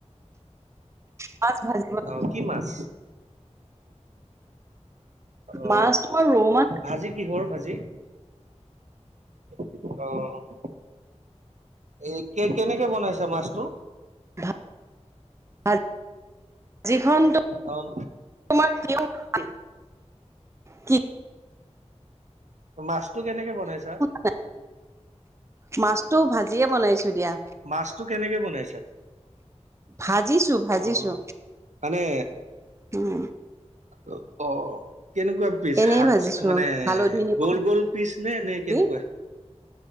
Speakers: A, on the right; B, on the right.
A: মাছ ভাজ।
B: অহ, কি মাছ? অ
A: মাছ তোমাৰ ৰৌ মাছ
B: ভাজি কিহৰ ভাজি? অহ। এই কে কেনেকে বনাইছোঁ মাছটো।
A: ভা ভ জি খনটো।
B: অহ।
A: তোমাৰ বিহু কি। কি
B: মাছটো কেনেকে বনাইছা?
A: এ মাছটো ভাজিয়ে বনাইছোঁ দিয়া।
B: মাছটো কেনেকে বনাইছা?
A: ভাজিছো ভাজিছো
B: অহ, মানে।
A: উম
B: অ অহ অ, কেনেকুৱা পিচ
A: এনেই ভাজিছো
B: মানে,
A: হালধি নিমখ
B: গ'ল, গ'ল। পিছনে নে, কেনেকুৱা
A: দি